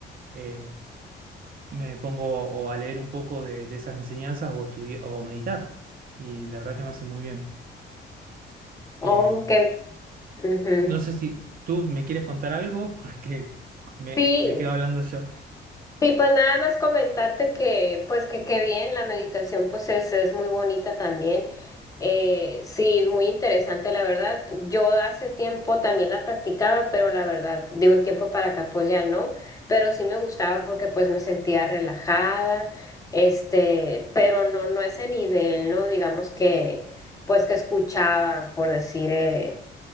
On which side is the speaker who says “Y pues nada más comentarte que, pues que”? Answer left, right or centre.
Left